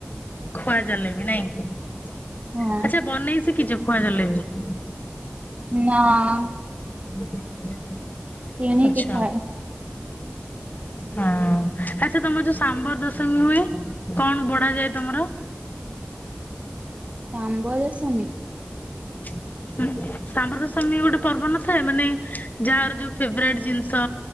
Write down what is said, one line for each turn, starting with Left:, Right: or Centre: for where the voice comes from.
Left: ଖୁଆ ଜାଲେବି ନାଇଁ ଆଚ୍ଛା
Right: ହଁ
Left: ବନେଇ ଶିଖିଚ଼ ଖୁଆ ଜାଲେବି?
Right: ନାଁ।
Left: <inaudible>
Right: କିଣିକି
Left: ଆଚ୍ଛା
Right: ଖାଏ।
Left: ହଁ। ଆଚ୍ଛା ତମର ଯୋଉ ସାମ୍ବ ଦଶମୀ ହୁଏ କଣ ବଢାଯାଏ ତମର?
Right: ଶାମ୍ବଦଶମୀ?
Left: <inaudible> ହୁଁ ଶାମ୍ବଦଶମୀ ଗୋଟେ ପର୍ବ ନଥାଏ ମାନେ ଯାହାର ଯୋଉ ଫେବରାଇଟ ଜିନିଷ